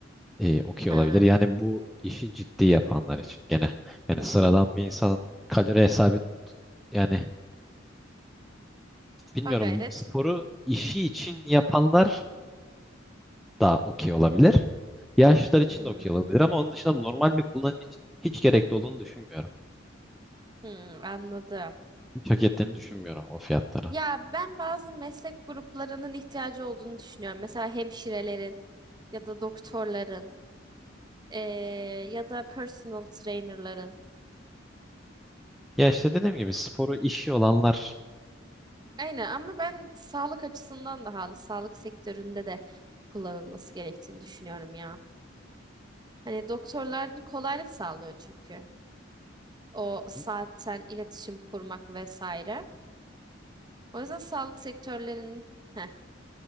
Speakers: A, in the centre; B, on the right (about 20°).
A: e, okey
B: ha,
A: olabilir. Yani bu işi ciddi yapanlar için gene. Yani
B: hmm.
A: sıradan bir insan kalori hesabı yani bilmiyorum
B: Ha gayret.
A: sporu işi için yapanlar da okey olabilir. Yaşlılar için
B: Hmm,
A: de okey olabilir ama onun dışında normal bir kullanıcı için hiç gerekli olduğunu düşünmüyorum.
B: hmm, anladım.
A: Hiç hak ettiğini düşünmüyorum o fiyatlara.
B: Ya ben bazı meslek gruplarının ihtiyacı olduğunu düşünüyorum. Mesela hemşirelerin ya da doktorların eee, ya da personal trainerların.
A: Ya işte dediğim gibi sporu işi olanlar
B: Aynen ama ben sağlık açısından da hani sağlık sektöründe de kullanılması gerektiğini düşünüyorum ya. Hani doktorlar da kolaylık sağlıyor çünkü. O saatten
A: Hı.
B: iletişim kurmak vesaire. O yüzden sağlık sektörlerinin Heh.